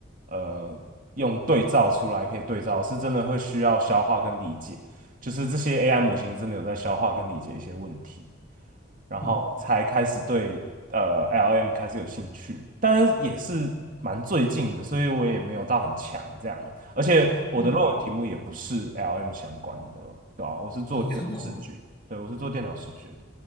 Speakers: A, on the right; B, on the left.
A: 呃用对照出来可以对照，是真的会需要消化跟理解，就是这些 AI 模型真的有在消化跟理解一些问题。然后才开始对呃
B: 嗯
A: LM 开始有兴趣，当然也是蛮最近的，所以我也没有到很强这样，而且我的论文题目也不是
B: 嗯，
A: LM 相关的，对啊，我是做电脑视觉，
B: 哦，真的哦，
A: 对，我是做电脑视觉的，